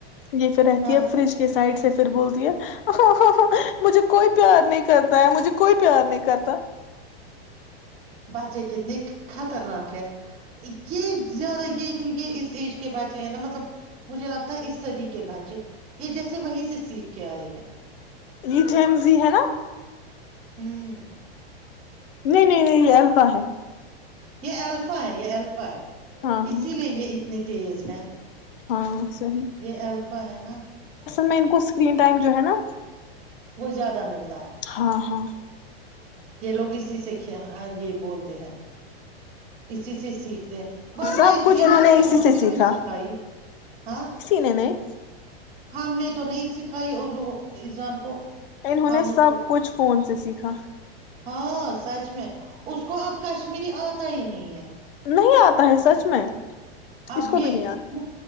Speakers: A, on the left; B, on the right.
A: یہ پھر رہتی
B: ہاں
A: ہے فریج کے سائڈ سے پھر بولتی ہے ا ہو ہو مجھے کوئی پیار نہیں کرتا ہے مجھے کوئی پیار نہیں کرتا
B: بچے کتنے خطرناک ہے یہ زیادہ یہ جو یہ اس ایج کے بہچے ہیں نا مطلب مجھے لگتا ہے اس سدی کے بہچے یہ جیسے وہی سے سیکھ کے آئے ہیں
A: ج جمز ہے نا
B: ہوں
A: نہیں نہیں نہیں یہ الفا ہے
B: یہ الفا ہے یہ الفا ہے
A: ہاں
B: اسی
A: ہاں
B: لیے یہ اتنے تیز ہے
A: ہاں صحیح
B: یہ الفا ہے نا
A: میں ان کو اسکرین ٹائم جو ہے نا
B: وہ زیادہ ملتا ہے
A: ہاں ہاں
B: یہ لوگ اسی سے یہ بولتے ہیں اسی سے سیکھ ہیں ورنہ
A: سب کچھ
B: ان
A: انہوں نے
B: کو
A: اسی
B: اردو
A: سے سیکھا
B: کس نے سکھائی ہاں
A: کسی نے نہیں
B: ہم نے تو نہیں سکھائی اردو اذان کو
A: انہوں
B: ہم
A: نے
B: اس
A: سب
B: کو
A: کچھ فون سے سیکھا
B: ہاں سچ میں اس کو اب کشمیری آتا ہی نہیں ہے
A: نہیں آتا ہے سچ میں
B: اب
A: اس کو
B: یہ
A: بھی نہیں آتا